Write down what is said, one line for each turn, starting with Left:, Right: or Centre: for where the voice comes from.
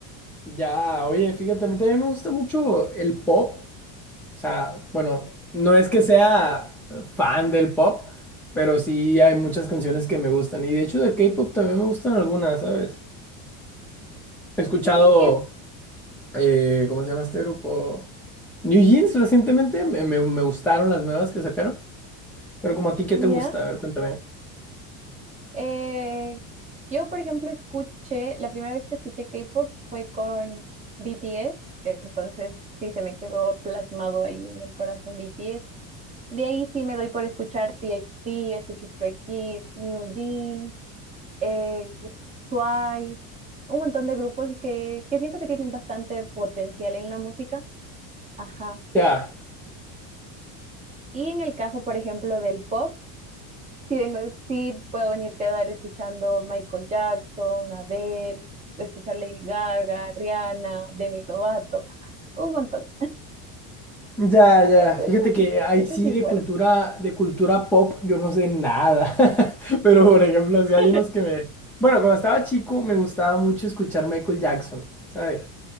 Centre: Ya, oye, fíjate, a mí también me gusta mucho el pop. O sea, bueno, no es que sea fan del pop, pero sí hay muchas canciones que me gustan. Y de hecho de K-pop también me gustan algunas, ¿sabes? He escuchado,
Right: Sí, es que
Centre: eh, ¿cómo se llama este grupo? New Jeans recientemente, me, me- me gustaron las nuevas que sacaron. Pero como a ti, ¿qué
Right: ya.
Centre: te gusta? A ver, cuéntame.
Right: eh, yo, por ejemplo, escuché, la primera vez que escuché K-pop fue con BTS, eh, entonces sí se me quedó plasmado ahí en el corazón BTS. De ahí sí me doy por escuchar TXT, escucho Stray Kids, New Jeans. eh, Twice, un montón de grupos que, que siento que tienen bastante potencial en la música. Ajá.
Centre: Ya,
Right: Y en el caso, por ejemplo, del pop, sí, vengo, sí puedo venirte a dar escuchando Michael Jackson, Adele, o escuchar Lady Gaga, Rihanna, Demi Lovato, un montón.
Centre: ya, ya.
Right: Creo
Centre: Fíjate
Right: que
Centre: que
Right: sí,
Centre: ahí
Right: ese
Centre: sí
Right: es mi
Centre: de
Right: fuerte.
Centre: cultura, de cultura pop yo no sé nada. <laughs> Pero por ejemplo, si hay
Right: <laughs>
Centre: unos que me... Bueno, cuando estaba chico me gustaba mucho escuchar Michael Jackson, ¿sabes?